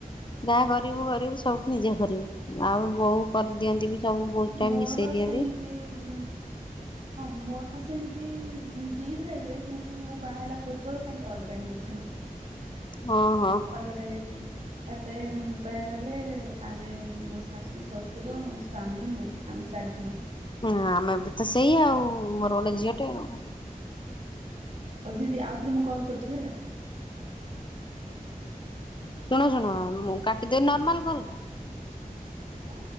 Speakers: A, on the left (about 35°); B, on the right (about 50°).
A: ଯାହା କରିବୁ କରିବୁ ସବୁ ନିଜେ କରିବୁ ଆଉ ବୋଉ କରିଦିଅନ୍ତି ବି ସବୁ ବହୁତ ଟାଇମ୍
B: ମୋର
A: ମିଶେଇ ଦିଅନ୍ତି।
B: ସେମିତି ହଁ ମୋ ହଁ, ସେମିତି ଦି ଭାଇଯେ କିନ୍ତୁ ମୁଁ ବାହା ହେଲା ପୂର୍ବରୁ ତାଙ୍କେ ଅଲଗା ହେଇଯାଇଚନ୍ତି।
A: ହଁ ହଁ
B: ଅଲଗା ହେଇଯାଇଚନି ଏବେ କହିବାକୁ ଗଲେ ଆମେ ମୋ ଶାଶୁ, ଶ୍ୱଶୁର, ସ୍ଵାମୀ, ମୁଁ ଆମେ ଚାରି ଜଣ।
A: ହଁ, ଆମେ ବି ତ ସେଇଆ ଆଉ ମୋର ଗୋଟେ ଝିଅଟେ ଆଉ।
B: ହଉ ଦିଦି ଆଉ ଥରେ ମୁଁ କଲ୍ କରୁଛି ହେଲା?
A: ଶୁଣ ଶୁଣ ମୁଁ କାଟିଦେ ନର୍ମାଲ କଲ କର।
B: ଆ?